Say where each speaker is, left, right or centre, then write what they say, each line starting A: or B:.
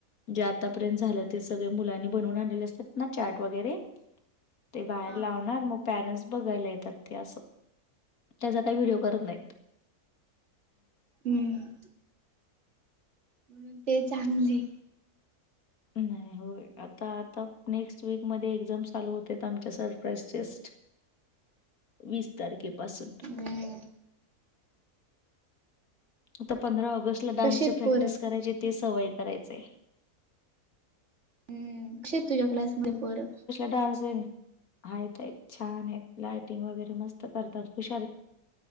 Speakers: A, on the left; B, on the right.
A: जे आतापर्यंत झालं ते सगळे मुलांनी बनवून आणलेले असतात ना चचाट वगैरे ते बाहेर
B: हा
A: लावणार मग पॅरेंट्स बघायला येतात ते असं त्याचा काही व्हिडिओ
B: अच्छा
A: करत नाहीत
B: हम्म म्हणून ते चांगले
A: तेच आहे. नाही होय आता आता नेक्स्ट वीक मध्ये एक्झाम चालू होते आमच्या सरप्राईज टेस्ट वीस तारखेपासून
B: ह
A: आता पंधरा ऑगस्टला डान्सचे
B: कशी आहेत
A: प्रॅक्टिस
B: पोरं?
A: करायचे ते सवय करायचेय
B: हम्म श तुझ्या क्लासमध्ये पोर
A: डानस आहेत आहेत छान आहेत लायटिंग वगैरे मस्त करतात हुश